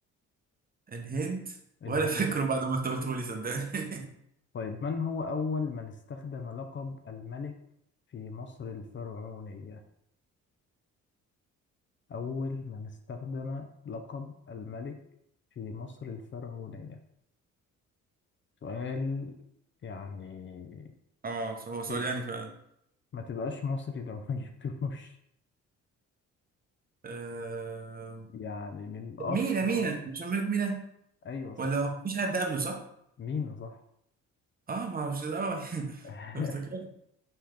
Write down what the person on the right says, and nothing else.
الهند
ولا فاكره بعد ما انت قلته لي صدقني
<laughs> اه هو سؤال
يعني فعلا
آه...
مينا مينا مش الملك مينا
ولا هو مفيش حد قبله صح؟
اه ما هو مش اه <laughs>
افتكرت